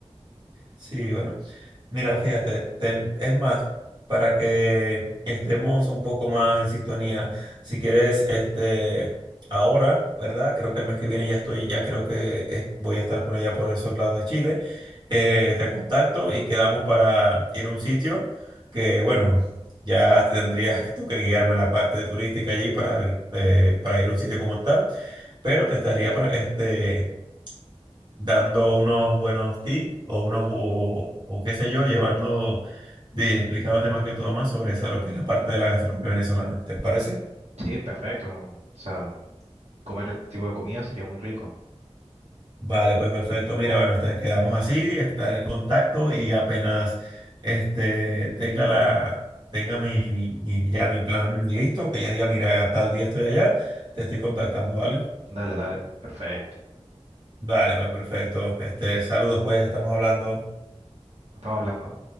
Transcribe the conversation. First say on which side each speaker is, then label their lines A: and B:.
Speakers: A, on the right; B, on the right.
A: Sí, bueno. Mira, fíjate, tem- es más, para que estemos un poco más en sintonía, si quieres, este, ahora, ¿verdad? Creo que el mes que viene ya estoy, ya creo que es- voy a estar por allá, por esos lados de Chile. Eh, te contacto y quedamos para ir a un sitio que, bueno, ya tendrías tú que guiarme en la parte turística allí para, eh, para ir a un sitio como tal, pero te estaría, pra- este... dando unos buenos tips o unos, o, o qué sé yo, llevando, de, explicándote más que todo más sobre esa, lo que es la parte de la gastronomía venezolana. ¿Te parece?
B: Sí, perfecto. O sea, comer este tipo de comida sería muy rico.
A: Vale, pues perfecto. Mira, bueno, este, quedamos así, estaré en contacto y apenas este, tenga la, tenga mi, mi, mi- ya mi plan listo, que ya diga, mira, tal día estoy allá, te estoy contactando, ¿vale?
B: Dale, dale, perfecto.
A: Vale, pues perfecto. Este, saludos, pues, estamos hablando.
B: Estamos hablando.